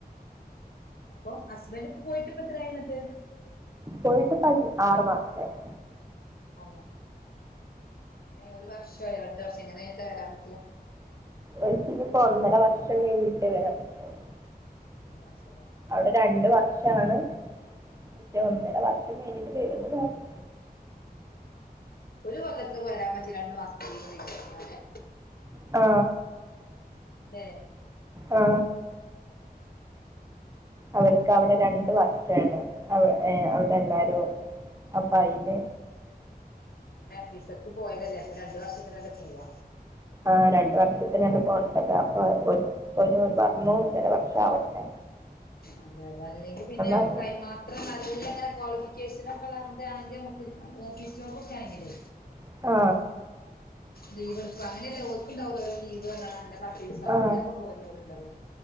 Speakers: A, on the left; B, on the right.
A: അപ്പൊ ഹസ്ബന്റ് ഇപ്പോ പോയിട്ട് ഇപ്പ എത്രായിന്ന്ട്ട്
B: പോയിട്ടിപ്പോ അഞ് ആറു മാസായി
A: <unintelligible> ഇങ്ങനെ ഒരു വർഷോ ആ രണ്ട് വർഷോ എങ്ങനെ കേറാൻ പറ്റ
B: ഓരി‌ക്കിനീപ്പോ ഒന്നര വർഷം കഴിഞ്ഞിട്ടേ വരാൻ പറ്റൊള്ളു
A: ഒന്നര വർഷം
B: അവിടെ രണ്ട് വർഷാണ് പക്ഷെ ഒന്നര വർഷം കഴിഞ്ഞിട്ട് വ രാന്ന് പറഞ്ഞ്
A: ഒരു കൊല്ലത്തില് വരാൻ പറ്റി രണ്ടു മാസത്തി ലീവൊക്കെ കിട്ടികഴിഞ്ഞാല്
B: ആ
A: ഇല്ലേ
B: ആ അവർക്ക് അവിടെ രണ്ട്
A: ഉം
B: വർഷാണ് അവ ഏഹ് അവിടെ എല്ലാരും അപ്പ അയില്
A: പിന്നെ വിസക്ക് പോയതല്ലേ അപ്പൊ രണ്ട് വർഷത്തിനല്ലേ പോവാ
B: ആ രണ്ട് വർഷത്തിനന്നേ പോവേണ്ടത് അപ്പൊ ഓ ഓര് പറഞ്ഞു ഒന്നര വർ ഷാവട്ടെ
A: അതെ അതെ അല്ലെങ്കി പിന്നെ നമ്മുക്ക്
B: പറഞ്ഞു
A: അതിന് മാത്രം നല്ലിങ്ങനെ ക്വാളിഫിക്കേഷനൊക്കെ ഇള്ള അങ്ങെനത്തെ ആണെങ്കിൽ നമുക്ക് ഓഫീസ് ജോബൊക്കെ ആണെങ്കിലേ
B: ആ
A: ലീവ് എടുക്കാം അങ്ങനെയല്ല ഓൽക്കുണ്ടാവല്ലോ ഓരോ ലീവ് പറഞ്ഞ അങ്ങനെ പത്ത് ദിവസം
B: ആ
A: അങ്ങനൊക്കെ പോരുന്നവരുണ്ടല്ലോ